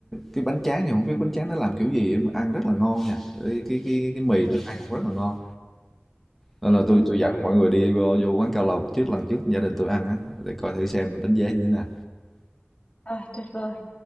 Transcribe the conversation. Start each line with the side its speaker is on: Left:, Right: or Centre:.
Centre: cái bánh tráng thì không biết bánh tráng nó làm kiểu gì mà ăn rất là ngon nha cái cái cái, cái mì
Left: Ừ,
Centre: nó ăn cũng rất là ngon nên là
Left: ừ.
Centre: tôi tôi dẫn mọi người đi vô, vô quán cao lầu trước lần trước gia đình tôi ăn á để coi thử xem mình đánh giá như thế nào
Left: À, tuyệt vời.